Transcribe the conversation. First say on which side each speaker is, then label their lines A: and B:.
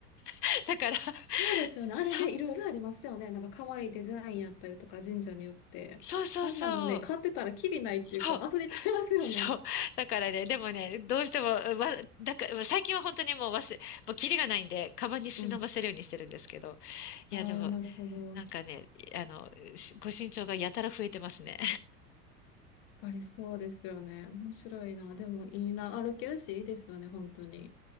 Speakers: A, on the left; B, on the left.
A: <laughs> だから
B: そうですよね。
A: そ、
B: あれね、いろいろありますよね。なんか可愛いデザインやったりとか、神社によって。
A: そうそうそう。
B: あんなんもね、買ってたらキリないっていうか、
A: そう。
B: 溢れちゃいますよね。
A: そう。だからね、でもね、どうしても、わ、だから、最近は本当にもう忘れ、もうキリがないんで、カバンに忍ばせるようにしてるんですけど。
B: うん。
A: いや、
B: ああ、
A: でも、
B: なるほど。
A: なんかね、あの、しご身長がやたら増えてますね。
B: ありそうですよね。面白いな。でもいいな。歩けるし、いいですよね、本当に。